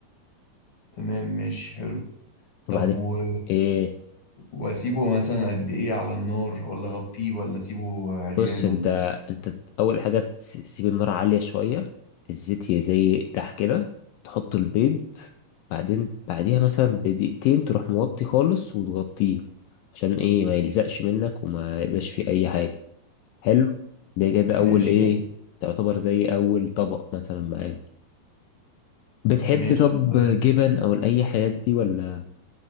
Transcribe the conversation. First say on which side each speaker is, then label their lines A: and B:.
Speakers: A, on the left; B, on the left.
A: تمام مش حلو
B: وبعد
A: طب و
B: ايه
A: واسيبه مثلا قد ايه على النار ولا اغطيه ولا اسيبه عريان
B: بص انت
A: ولا إيه؟
B: انت اول حاجه تس- تسيب النار عاليه شويه الزيت يزيح كده تحط البيض بعدين بعديها مثلا بدقيقتين تروح موطي خالص وتغطيه عشان ايه ما يلزقش منك وما يبقاش فيه اي حاجه حلو ده كده اول
A: ماشي
B: ايه
A: حلو
B: تعتبر زي اول طبق مثلا معانا بتحب
A: ماشي
B: طب
A: طيب
B: جبن او اي حاجات دي ولا